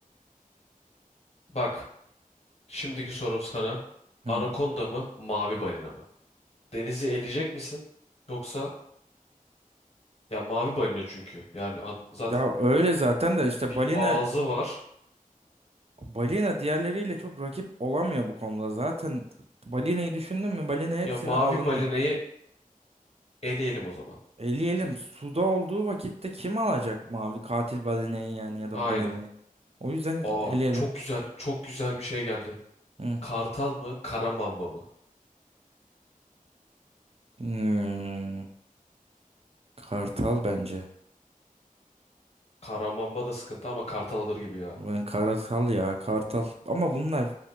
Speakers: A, on the left (about 45°); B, on the right (about 45°).
A: Bak şimdiki sorum sana.
B: Hı.
A: Anakonda mı mavi balina mı? Denizi eleyecek misin? Yoksa ya mavi balina çünkü. Yani ad- zaten
B: Ya öyle zaten de işte
A: bir
B: balina
A: ağzı var.
B: balina diğerleriyle çok rakip olamıyor bu konuda. Zaten balinayı düşündün mü? Balina hepsini
A: Ya mavi
B: alınıyor
A: balinayı eleyelim o zaman.
B: Eleyelim. Suda olduğu vakitte kim alacak mavi katil balinayı yani ya da
A: Aynen.
B: balinayı? O yüzden
A: Aa
B: eleyelim.
A: çok güzel çok güzel bir şey geldi.
B: Hı.
A: Kartal mı kara mamba mı?
B: Hmm. Kartal bence.
A: Karamamba da sıkıntı ama kartal alır gibi ya.
B: Ben kartal ya kartal. Ama bunlar